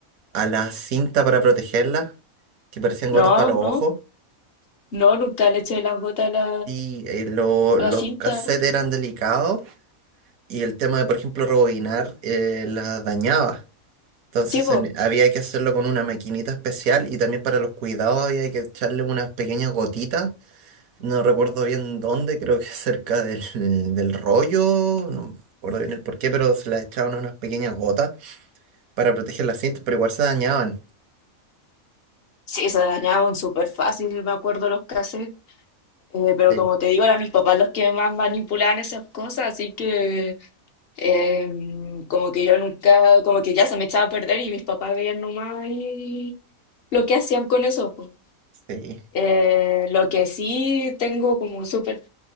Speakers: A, on the right; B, on the left.
A: a la cinta para protegerlas, que parecían gotas
B: No,
A: para los
B: no,
A: ojos.
B: no, nunca le eché las botas a la,
A: Y eh, lo-
B: a
A: los
B: la cinta.
A: cassettes eran delicados y el tema de, por ejemplo, rebobinar eh, las dañaba. Entonces
B: Sí, po.
A: en- había que hacerlo con una maquinita especial y también para los cuidados había que echarle unas pequeñas gotitas No recuerdo bien dónde, creo que cerca del, del rollo, no me acuerdo bien el porqué pero se las echaban unas pequeñas gotas para proteger las cintas, pero igual se dañaban.
B: Sí, se dañaban súper fácil, me acuerdo los cassettes. Eh, pero
A: Sí,
B: como te digo, eran mis papás los que más manipulaban esas cosas, así que eh, como que yo nunca, como que ya se me echaba a perder y mis papás veían nomás y lo que hacían con eso. po.
A: sí.
B: Eh, lo que sí tengo como súper